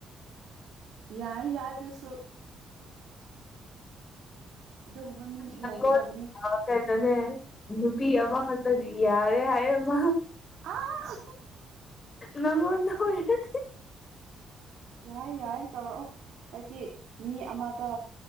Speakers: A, on the right; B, on the left.
A: ꯌꯥꯏ ꯌꯥꯏ ꯑꯗꯨꯁꯨ ꯑꯗꯨꯒꯨꯝꯕ ꯃꯤꯁꯨ
B: ꯅꯉꯣꯟ
A: ꯂꯩꯒꯗꯕꯅꯤ
B: ꯀꯩꯗꯧꯅꯦ ꯅꯨꯄꯤ ꯑꯃꯈꯛꯇ ꯌꯥꯔꯦ ꯍꯥꯏꯌꯦꯃ
A: ꯑꯥ
B: ꯅꯪꯣꯟ ꯍꯗꯤ
A: ꯌꯥꯏ ꯌꯥꯏ ꯆꯥꯎꯧꯔꯛꯑꯣ ꯍꯥꯏꯕꯗꯤ ꯃꯤ ꯑꯃꯗ